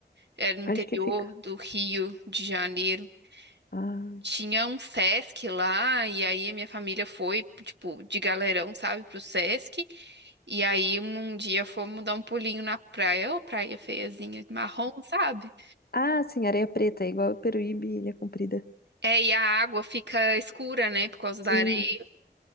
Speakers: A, on the right; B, on the left.
A: era no interior
B: Onde que fica?
A: do Rio de Janeiro.
B: Ah.
A: Tinha um Sesc lá, e aí a minha família foi, tipo, de galerão, sabe, pro Sesc. E aí um dia fomos dar um pulinho na praia, ô praia feiazinha, marrom, sabe?
B: Ah, sim, areia preta, é igual Peruíbe, e Ilha Comprida.
A: É, e a água fica escura, né, por causa
B: Sim.
A: da areia.